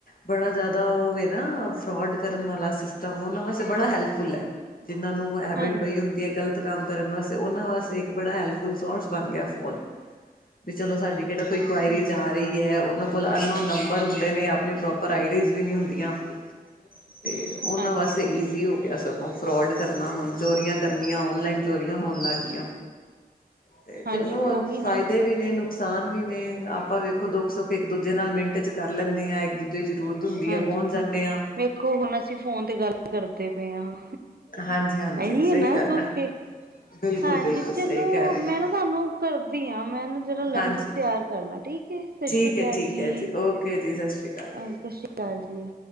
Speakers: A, on the left; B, on the right.
A: ਬੜਾ ਜ਼ਿਆਦਾ ਉਹ ਨਾ ਫਰੋਡ ਕਰਨ ਵਾਲਾ ਸਿਸਟਮ ਉਹਨਾਂ ਵਾਸਤੇ ਬੜਾ ਹੈਲਥ ਫੁੱਲ ਹੈ ਜਿਹਨਾਂ ਨੂੰ ਹੈਬਿਟ
B: ਹਾਂਜੀ-ਹਾਂਜੀ।
A: ਪਈ ਹੁੰਦੀ ਹੈ ਕੱਲ ਕੰਮ ਕਰਨ ਵਾਸਤੇ ਉਹਨਾਂ ਵਾਸਤੇ ਇੱਕ ਬੜਾ ਹੈਲਥ ਫੁੱਲ ਸੋਰਸ ਬਣ ਗਿਆ ਫੋਨ ਵੀ ਚਲੋ ਸਾਡੀ ਜਿੱਦਾਂ ਕੋਈ ਆਇਰੀ ਜਾ ਰਹੀ ਹੈ ਉਹਨਾਂ ਕੋਲ ਅਨਨੋਨ ਨੰਬਰ ਹੁੰਦੇ ਨੇ ਆਪਣੀ ਪ੍ਰੋਪਰ ਆਈਡੀਜ਼ ਵੀ ਨਹੀਂ ਹੁੰਦੀਆਂ ਤੇ ਉਹਨਾਂ
B: ਹਾਂਜੀ-ਹਾਂਜੀ,
A: ਵਾਸਤੇ
B: ਹਾਂਜੀ ਹਾਂਜੀ
A: ਈਜ਼ੀ ਹੋ ਗਿਆ ਸਭ ਉਹ ਫਰੋਡ ਕਰਨਾ ਹੁਣ ਚੋਰੀਆਂ ਕਰਨੀਆਂ ਔਨਲਾਈਨ ਚੋਰੀਆਂ ਹੋਣ ਲੱਗ ਗਈਆਂ ਤੇ
B: ਹਾਂਜੀ
A: ਚਲੋ ਅੱ
B: ਉਹੀ ਨਾ
A: ਫਾਇਦੇ ਵੀ ਨੇ ਨੁਕਸਾਨ ਵੀ ਨੇ ਆਪਾਂ ਵੇਖੋ ਦੁੱਖ ਸੁੱਖ ਇੱਕ ਦੂਜੇ ਨਾਲ ਮਿੰਟ ਚ ਕਰ ਲੈਂਦੇ ਹਾਂ ਇੱਕ ਦੂਜੇ ਜ਼ਰੂਰ ਧੁੰਦੀ
B: ਹਾਂਜੀ।
A: ਆ ਪਹੁੰਚ ਜਾਂਦੇ ਹਾਂ
B: ਵੇਖੋ ਹੁਣ ਅਸੀਂ ਫੋਨ ਤੇ ਗੱਲ ਕਰਦੇ ਪਏ ਹਾਂ
A: ਹਾਂਜੀ ਹਾਂਜੀ
B: ਆ
A: ਸਹੀ
B: ਨਾ
A: ਗੱਲ
B: ਸੌਖੇ
A: ਹੈ ਬਿਲਕੁਲ
B: ਹਾਂਜੀ
A: ਬਿਲਕੁਲ
B: ਚਲੋ
A: ਸਹੀ ਕਹਿ ਰਹੇ
B: ਮੈਂ
A: ਹੋ
B: ਨਾ ਤੁਹਾਨੂੰ ਕਰਦੀ ਹਾਂ ਮੈਂ ਨਾ ਜਲਾ ਲੰਚ
A: ਹਾਂਜੀ
B: ਤਿਆਰ ਕਰ ਲ ਠੀਕ ਸਤਿ
A: ਠੀਕ
B: ਸ਼੍ਰੀ ਅਕਾਲ
A: ਹੈ ਠੀਕ
B: ਜੀ
A: ਹੈ
B: ਅਹ
A: ਓਕੇ ਜੀ ਸਤਿ ਸ਼੍ਰੀ ਅਕਾਲ
B: ਸਤਿ ਸ਼੍ਰੀ ਅਕਾਲ ਜੀ